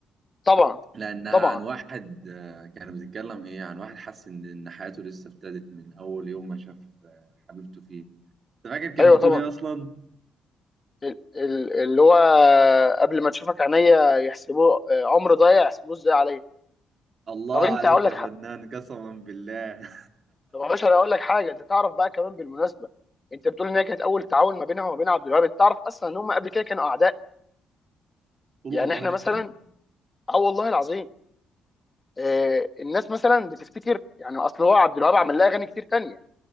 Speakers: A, on the left; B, on the right.
A: طبعا
B: لانها
A: طبعا
B: عن واحد آه، كان بيتكلم ايه عن واحد حس ان ان حياته لسه ابتدت من اول يوم ما شاف آه، حبيبته فيه انت فاكر كانت
A: ايوه
B: بتقول
A: طبعا
B: ايه اصلا
A: ال- ال- اللي هو قبل ما تشوفك عينيا يحسبوه آه، عمر ضايع يحسبوه ازاي عليا
B: الله
A: طب انت
B: عليك
A: هقول لك
B: يا
A: حاجه
B: فنان قسما بالله
A: طب يا باشا انا هقول لك حاجه انت تعرف بقى كمان بالمناسبه انت بتقول ان هي كانت اول تعاون ما بينها وما بين عبد الوهاب انت تعرف اصلا ان هم قبل كده كانوا اعداء
B: <laughs> قول
A: يعني
B: والله
A: احنا مثلا اه والله العظيم آه، الناس مثلا بتفتكر يعني اصل هو عبد الوهاب عمل لها اغاني كتير تانية